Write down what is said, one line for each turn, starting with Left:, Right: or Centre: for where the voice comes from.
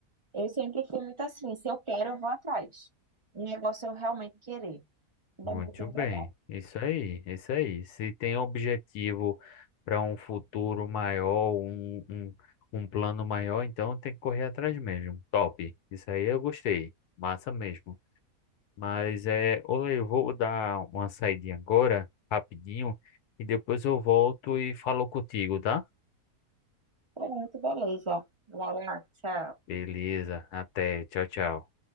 Right: Eu sempre fui muito assim, se eu quero, eu vou atrás. O negócio é eu realmente querer. Dá
Left: Muito
Right: um pouquinho
Left: bem.
Right: de trabalho.
Left: Isso aí, isso aí. Se tem objetivo para um futuro maior, um, um, um plano maior, então tem que correr atrás mesmo. Top. Isso aí eu gostei. Massa mesmo. Mas é, olha, eu vou dar uma saidinha agora, rapidinho, e depois eu volto e falo contigo, tá?
Right: Pronto, beleza. Laura, tchau.
Left: Beleza, até, tchau, tchau.